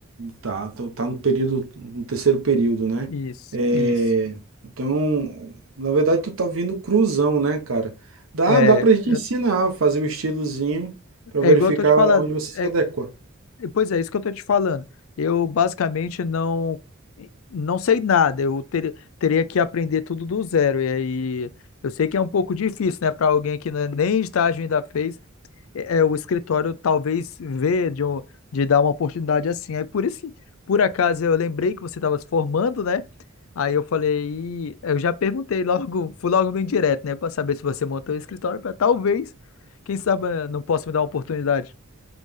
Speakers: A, on the right (about 70°); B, on the left (about 70°).
A: Tá, tô- tá no período, no terceiro período, né?
B: Isso,
A: É,
B: isso.
A: então, na verdade, tu tá vindo cruzão, né, cara? Dá,
B: É,
A: dá pra gente
B: eu-
A: ensinar, fazer o estilozinho pra
B: é
A: verificar
B: igual eu tô te falando.
A: onde você se
B: é
A: adequa.
B: Pois é, isso que eu tô te falando. Eu basicamente não não sei nada. Eu ter- teria que aprender tudo do zero. E aí eu sei que é um pouco difícil, né, para alguém que né, nem estágio ainda fez. É, é, o escritório talvez vê de, um- de dar uma oportunidade assim. Aí por isso, por acaso eu lembrei que você estava se formando, né? Aí eu falei, "Ih", eu já perguntei logo, fui logo bem direto, né, para saber se você montou o escritório para talvez, quem sabe, eh, não possa me dar uma oportunidade.